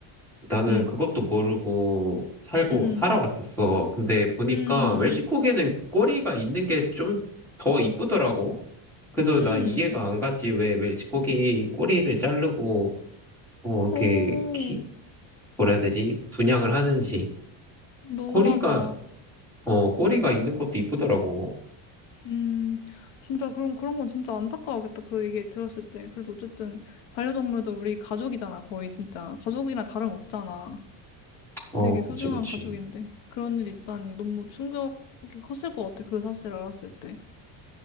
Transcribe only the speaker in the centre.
나는
그것도 모르고 살고
살아왔었어. 근데 보니까
멕시코계는 꼬리가 있는 게 좀 더 이쁘더라고. 그래서
나 이해가 안 갔지. 왜 멕시코기 꼬리를 자르고 어 이렇게
키 뭐라 해야 되지? 분양을 하는지.
꼬리가 어 꼬리가 있는 것도 이쁘더라고.
어,
그치,
그치.